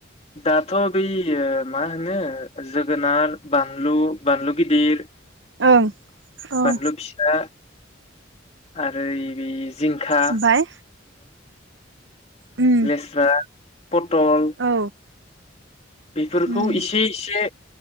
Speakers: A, on the left (about 30°); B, on the right (about 75°).
A: दाथ' बेै यो मा होनो जोगोनार, बानलु, बानलु गिदिर
B: ओं औ
A: बानलु फिसा आरो बिस जिंखा
B: ओमफाय उम
A: लेस्रा पटल
B: औ
A: बेफोरखौ
B: उम
A: इसे इसे